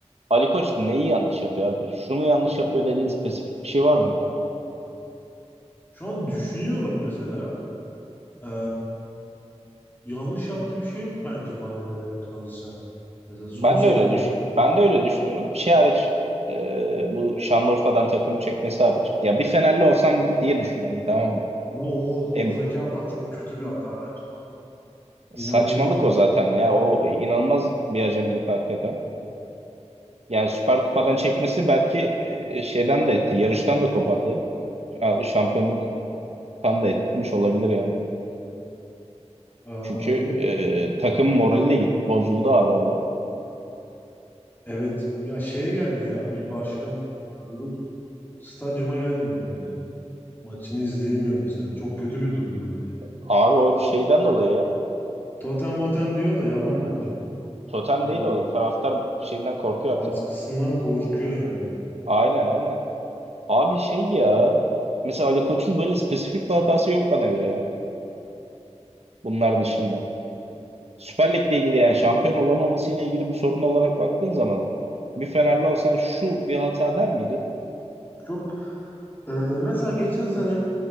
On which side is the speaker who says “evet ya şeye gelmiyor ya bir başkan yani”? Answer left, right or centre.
Left